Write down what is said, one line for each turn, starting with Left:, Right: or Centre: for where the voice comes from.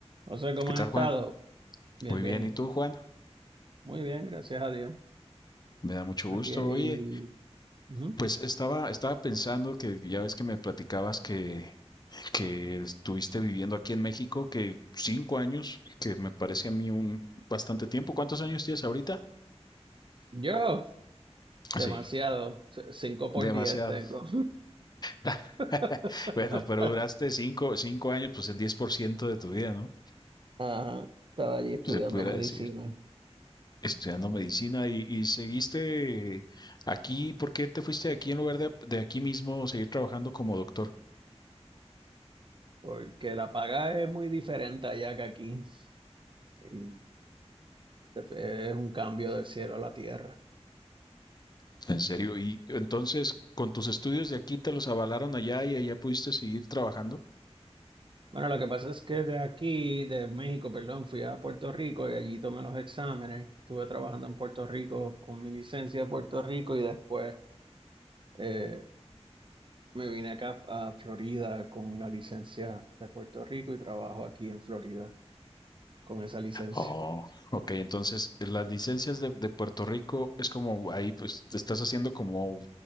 Right: José, ¿cómo
Left: ¿Qué tal,
Right: has estado?
Left: Juan?
Right: Bien,
Left: Muy
Right: bien,
Left: bien, ¿y tú, Juan?
Right: muy bien, gracias a Dios.
Left: Me da mucho
Right: Aquí
Left: gusto.
Right: hay...
Left: Oye,
Right: Ujú.
Left: pues estaba, estaba pensando que ya ves que me platicabas que, que estuviste viviendo aquí en México, que cinco años, que me parece a mí un bastante tiempo. ¿Cuántos años tienes ahorita?
Right: Yo, demasiado,
Left: Sí,
Right: c- cinco por
Left: demasiado.
Right: diez tengo.
Left: <laughs>
Right: <laughs>
Left: Bueno, pero duraste cinco, cinco años, pues el 10% de tu vida, ¿no?
Right: Ajá, estaba allí estudiando
Left: Se pudiera
Right: medicina,
Left: decir, estudiando medicina y, y seguiste aquí. ¿Por qué te fuiste de aquí en lugar de, de aquí mismo seguir trabajando como doctor?
Right: porque la paga es muy diferente allá que aquí. Y es un cambio del cielo a la tierra.
Left: En serio, y entonces con tus estudios de aquí te los avalaron allá y allá pudiste seguir trabajando.
Right: Bueno, lo que pasa es que de aquí, de México, perdón, fui a Puerto Rico y allí tomé los exámenes. Estuve trabajando en Puerto Rico con mi licencia de Puerto Rico y después... eh, Me vine acá a Florida con una licencia de Puerto Rico y trabajo aquí en Florida con esa licencia.
Left: Oh, ok, entonces las licencias de, de Puerto Rico es como ahí pues te estás haciendo como